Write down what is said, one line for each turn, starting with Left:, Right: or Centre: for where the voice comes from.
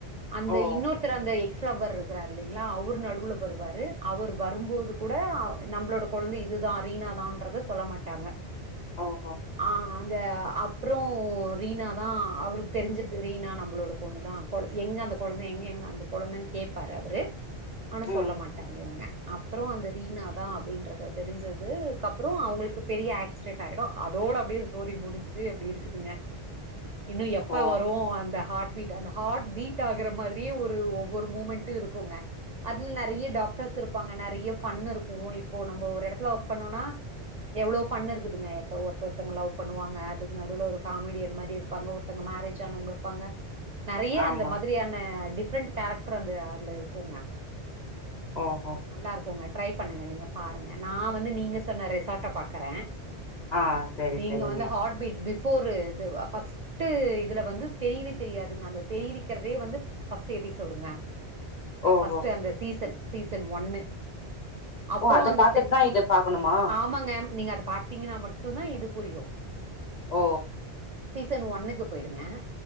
Right: அந்த
Left: ஓ!
Right: இன்னொருத்தர் அந்த எக் ஸ்லவர் இருக்கிறாரு இல்லைங்களா அவரு நடுவுல வருவாரு அவர் வரும்போது கூட நம்மளோட குழந்தை இதுதான் ரீனா தான்ன்றத சொல்ல மாட்டாங்க
Left: ஓஹோ!
Right: ஆஹ் அந்த அப் அப்புறம் ரீனா தான் அவருக்கு தெரிஞ்சுட்டு ரீனா நம்பளோட பொண்ணு தான் குழ எங்க அந்த குழந்தை எங்க எங்க அந்த குழந்தைன்னு கேப்பாரு அவரு ஆனா
Left: ம்.
Right: சொல்ல மாட்டாங்க இவங்க அப்புறம் அந்த ரீனா தான் அப்படின்றத தெரிஞ்சது கப்புறம் அவங்களுக்கு பெரிய ஆக்சிடெட் ஆயிடும் அதோட அப்படியே ஸ்டோரி முடிஞ்சு அப்படி இருக்குதுங்க இன்னும் எப்ப
Left: ஓ!
Right: வ ப்ரோம் அந்த ஹார்ட் பீட் அந்த ஹார்ட் பீட் ஆகுற மாதிரியே ஒரு ஒவ்வொரு மூமெண்ட இருக்கும்ங்க அதுல நறைய டாக்டர்ஸ் இருப்பாங்க நறைய ஃபன் இருக்கும் இப்போ நம்ம ஒரு இடத்துல ஒர்க் பண்ணனா எவ்ளவு ஃபன் இருக்குதுங்க ஒரு ஒருத்தங்க லவ் பண்ணுவாங்க அதுக்கு நடுல ஒரு காமெடியன் மாதிரி இருப்பாங்க ஒருத்தங்க மேரேஜ் னும் அவங்க இருப்பாங்க நறைய
Left: ஆமா.
Right: அந்த மாதிரியான டிஃப்ரெண்ட் கேரக்டரும் வந்து அதுல இருக்குங்க
Left: ஓஹோ!
Right: நல்லா இருக்கும்ங்க ட்ரை பண்ணுங்க நீங்க பாருங்க நான் வந்து நீங்க சொன்ன ரெசார்ட்ட பாக்குறேன்
Left: ஆ சரி,
Right: நீங்க
Left: சரிங்க.
Right: வந்து ஹாட் பீட் பிப் போரு இதுவா ஃபஸ்ர்ட் இதுல வந்து தெரிவே தெரியாதுங்க அந்த தெரிவிக்கிறதே வந்து ஃபர்ஸ்ட் எபிசோடுங்க
Left: ஓஹோ!
Right: பர்ஸ்ட் அந்த சீன் சீசன் ஒன்னு அப்புறம்
Left: ஓ! அத
Right: அந்த
Left: பாத்துட்டு தான் இத பாக்கணுமா?
Right: ஆமாங்க நீங்க அதை பாார்த்தீங்கன்னா மட்டும் தான் இது புரியும்
Left: ஓ
Right: சீசன் ஒண்ணுக்கு போயிடுங்க